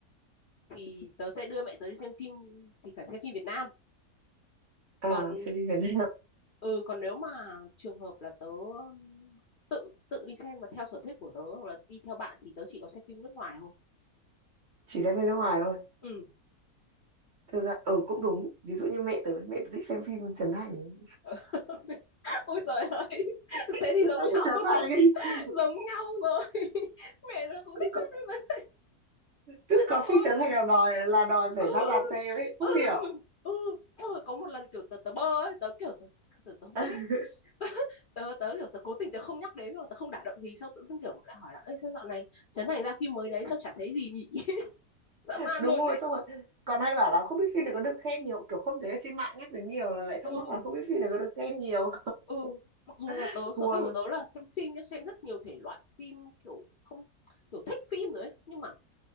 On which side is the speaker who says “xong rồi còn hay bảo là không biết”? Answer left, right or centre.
Right